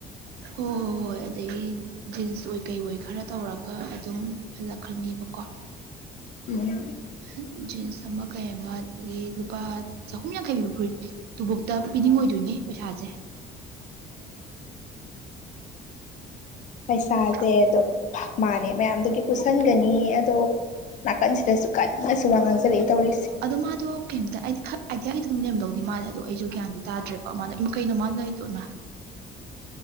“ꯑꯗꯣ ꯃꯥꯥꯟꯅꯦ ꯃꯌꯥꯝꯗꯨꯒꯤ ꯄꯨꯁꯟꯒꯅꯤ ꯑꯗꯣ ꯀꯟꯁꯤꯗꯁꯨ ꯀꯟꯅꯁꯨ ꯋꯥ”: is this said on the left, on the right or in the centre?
Left